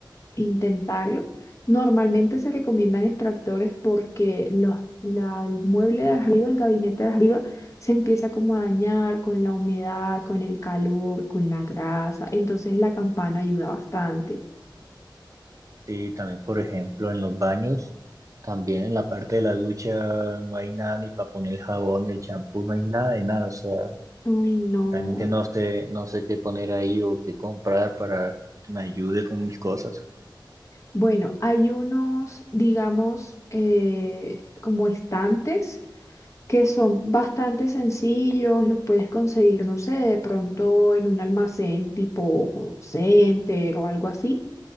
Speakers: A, on the left; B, on the right.
A: intentarlo. Normalmente se recomiendan extractores porque los, la- el mueble de arriba, el gabinete de arriba, se empieza como a dañar con la humedad, con el calor, con la grasa. Entonces la campana ayuda bastante.
B: Sí, también, por ejemplo, en los baños, también en la parte de la ducha no hay nada ni para poner el jabón, el champú, no hay nada de nada. O sea,
A: Ay, no.
B: realmente no sé, no sé qué poner ahí o qué comprar para que me ayude con mis cosas.
A: Bueno, hay unos, digamos, eh, como estantes que son bastante sencillos, los puedes conseguir, no sé, de pronto en un almacén tipo Home Center o algo así.